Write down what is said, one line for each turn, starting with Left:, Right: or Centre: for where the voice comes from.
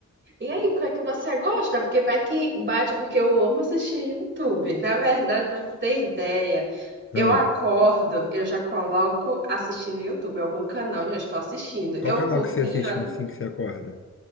Right: e aí, qual é que você gosta? Porque vai que bate, porque eu amo assistir YouTube. Na verdade, pra você ter ideia,
Left: Ah,
Right: eu acordo, eu já coloco assistindo YouTube, algum canal, já estou assistindo.
Left: qual
Right: Eu
Left: canal
Right: cozinho,
Left: que você assiste quando assim que você acorda?